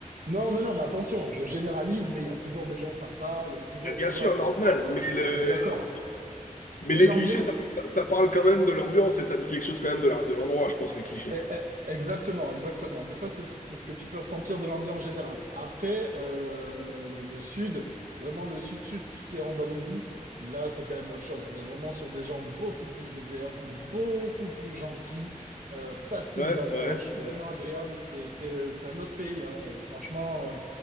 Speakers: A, on the right (about 85°); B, on the left (about 75°).
A: non, non, non, mais attention, je généralise, mais il y a toujours des gens sympas, il y a toujours,
B: Bien
A: tu
B: sûr,
A: vois, enfin,
B: normal,
A: voilà,
B: mais,
A: on est
B: le...
A: on est d'accord. hein.
B: mais
A: Mais
B: les
A: l'ambiance,
B: clichés, ça, ça ça parle quand même de l'ambiance et ça dit quelque chose quand même de la- de l'endroit, je pense, les clichés.
A: Eh, eh, Exactement, exactement. Mais ça, c'est c'est ce que tu peux ressentir de l'ambiance générale. Après, euh, le, le- le sud, vraiment le sud-sud, tout ce qui est Andalousie, là, c'est quand même autre chose. On est vraiment sur des gens beaucoup plus ouverts, beaucoup plus gentils, euh, faciles
B: Ouais,
A: d'approche,
B: c'est- ouais.
A: vraiment
B: Mm.
A: agréables. C'est, c'est, c'est un autre pays, hein. Euh, Franchement, euh,